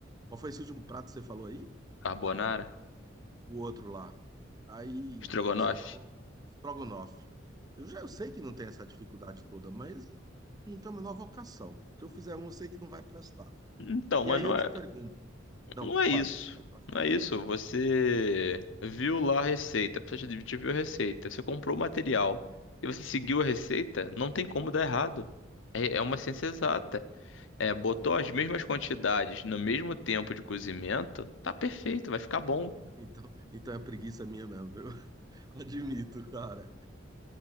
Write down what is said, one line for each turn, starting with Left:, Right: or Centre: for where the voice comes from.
Right: Qual foi esse último prato que você falou aí?
Left: Carbonara,
Right: O outro lá. Aí
Left: estrogonofe.
Right: você falou estrogonofe. Eu já eu sei que não tem essa dificuldade toda, mas não tem a menor vocação. Se eu fizer um, eu sei que não vai prestar.
Left: Então,
Right: E
Left: mas
Right: aí
Left: não
Right: eu te
Left: é,
Right: pergunto, não,
Left: não
Right: fale,
Left: é isso.
Right: pode falar.
Left: Não é isso. Você viu lá a receita, precisa de te viu a receita, você comprou o material e você seguiu a receita, não tem como dar errado. É, é uma ciência exata. É, botou
Right: Então,
Left: as mesmas quantidades no mesmo tempo de cozimento, tá perfeito, vai ficar bom.
Right: então, então é preguiça minha mesmo, viu? <laughs> Admito, cara.